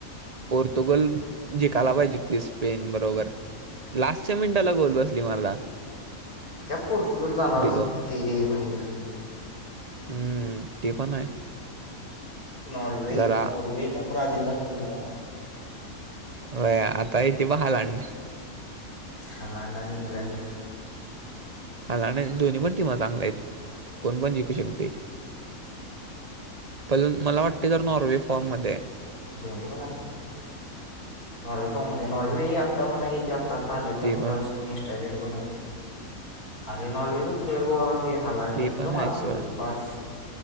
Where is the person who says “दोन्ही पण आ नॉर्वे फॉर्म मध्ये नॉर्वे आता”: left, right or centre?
Left